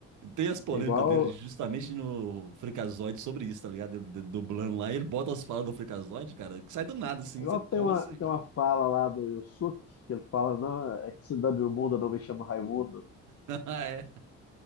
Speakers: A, on the right (about 75°); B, on the left (about 50°).
A: tem as polêmicas
B: É igual,
A: dele justamente no Freakazoid sobre isso, tá ligado? Ele, ele dublando lá, e ele bota as falas do Freakazoid, cara, que sai do nada, assim,
B: é igual
A: você, como
B: tem uma,
A: assim?
B: tem uma fala lá do Yusuke, que ele fala, não, é que cidade do mundo não me chama Raimundo.
A: <laughs> É,